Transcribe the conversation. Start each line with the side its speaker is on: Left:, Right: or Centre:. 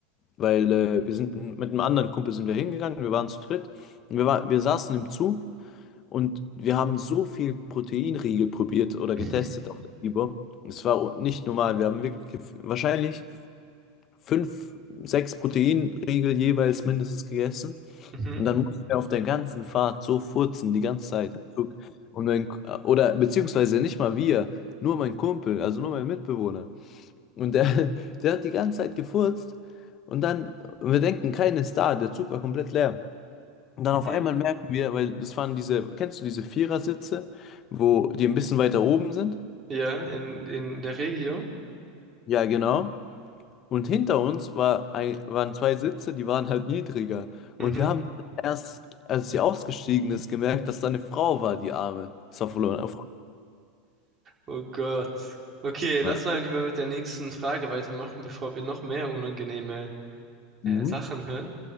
Left: weil äh, wir sind mit einem anderen Kumpel sind wir hingegangen, wir waren zu dritt. Und wir, war, wir saßen im Zug und wir haben so viel Proteinriegel probiert oder
Right: <laughs>
Left: getestet auf der FIBO. Es war nicht normal. Wir haben wirklich, gef- wahrscheinlich. fünf, sechs Proteinriegel jeweils mindestens gegessen.
Right: mhm,
Left: Und dann musst du ja auf der ganzen Fahrt so furzen, die ganze Zeit. im Zug. Und mein, oder beziehungsweise nicht mal wir, nur mein Kumpel, also nur mein Mitbewohner. Und der, <laughs> der hat die ganze Zeit gefurzt. Und dann, und wir denken, keiner ist da, der Zug war komplett leer. Und dann
Right: mhm,
Left: auf einmal merken wir, weil das waren diese, kennst du diese Vierersitze, wo die ein bisschen weiter oben sind?
Right: ja, in, in der Regio,
Left: Ja, genau. Und hinter uns war ein, waren zwei Sitze, die waren halt niedriger.
Right: mhm,
Left: Und wir haben erst, als sie ausgestiegen ist, gemerkt, dass da eine Frau war, die Arme. Das war voll un- voll
Right: oh Gott. Okay, lass
Left: Ja.
Right: mal lieber mit der nächsten Frage weitermachen, bevor wir noch mehr unangenehme äh,
Left: Mhm.
Right: Sachen hören.